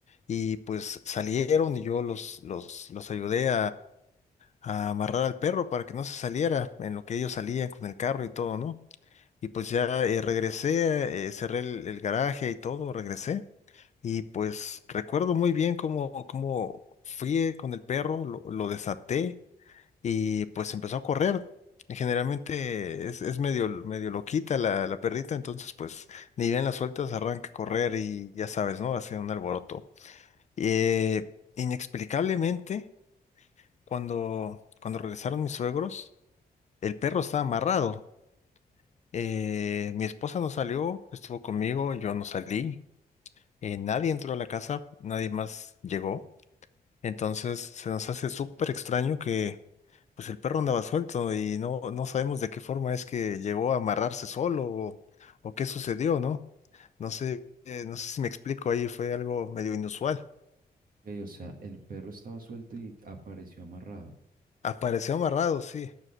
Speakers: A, on the left; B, on the right.
A: Y pues salieron y yo los, los, los ayudé a amarrar al perro para que no se saliera en lo que ellos salían con el carro y todo, ¿no? Y pues ya eh, regresé, eh, cerré el, el garaje y todo, regresé. Y pues recuerdo muy bien cómo, cómo fui eh, con el perro, lo, lo desaté y pues empezó a correr. Y Generalmente es, es medio, medio loquita la, la perrita, entonces pues ni bien la sueltas, arranca a correr y ya sabes, ¿no? Hace un alboroto. Eh, inexplicablemente, cuando, cuando regresaron mis suegros, el perro estaba amarrado. Eh, mi esposa no salió, estuvo conmigo, yo no salí. Eh, nadie entró a la casa, nadie más llegó. Entonces se nos hace súper extraño que pues el perro andaba suelto y no, no sabemos de qué forma es que llegó a amarrarse solo o, o qué sucedió, ¿no? No sé, eh, no sé si me explico ahí, fue algo medio inusual.
B: Ok, o sea, el perro estaba suelto y apareció amarrado.
A: Apareció amarrado, sí.